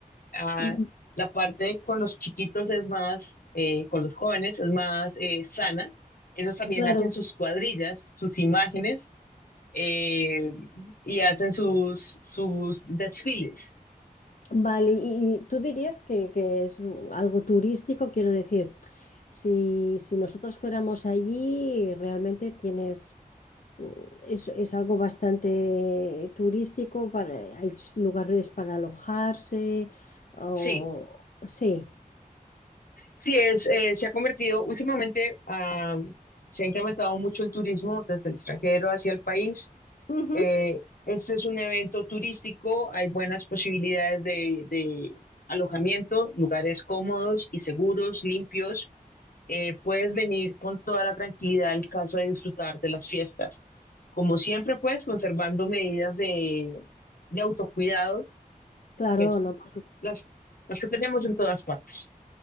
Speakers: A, on the left; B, on the left.
A: Ah,
B: Mm,
A: la parte con los chiquitos es más, eh, con los jóvenes es más eh, sana. Ellos también
B: Claro.
A: hacen sus cuadrillas, sus imágenes eh, y hacen sus, sus desfiles.
B: Vale, y, y tú dirías que, que es algo turístico, quiero decir, si, si nosotros fuéramos allí, realmente tienes, es, es algo bastante turístico, para, hay lugares para alojarse, o
A: Sí,
B: sí.
A: sí, es, eh, se ha convertido últimamente, ah, se ha incrementado mucho el turismo desde el extranjero hacia el país.
B: Ujú.
A: Eh, este es un evento turístico, hay buenas posibilidades de de alojamiento, lugares cómodos y seguros, limpios Eh, puedes venir con toda la tranquilidad del caso de disfrutar de las fiestas. Como siempre, pues, conservando medidas de, de autocuidado,
B: Claro,
A: que es
B: no, por
A: las, las que tenemos en todas partes.